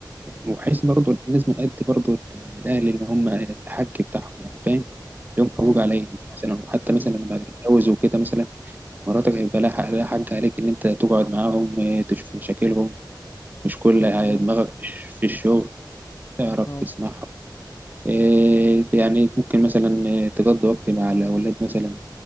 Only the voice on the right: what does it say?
وحيث برضه لازم نأدي برضه الأهل اللي هم الحق بتاعهم يعني فاهم لهم حقوق
عليا مثلا وحتى
مثلا لما اتجوز وكده مثلا مراتك هيبقى لها حق لها حق عليك إن أنت تقعد معاهم آه، تشوف مشاكلهم مش كل
آه، دماغك مش في الشغل تعرف
تسمعهم آه، يعني ممكن مثلا آه، تقضي وقت مع الأولاد مثلا